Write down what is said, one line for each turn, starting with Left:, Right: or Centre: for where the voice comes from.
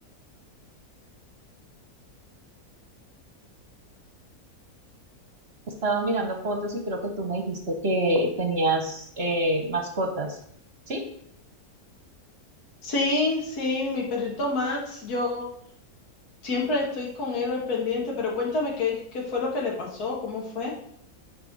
Right: Estaba mirando fotos y creo que tú me dijiste que tenías eh, mascotas, ¿sí?
Left: Sí, sí, mi perrito Max, yo siempre estoy con él al pendiente, pero cuéntame qué, qué fue lo que le pasó, cómo fue.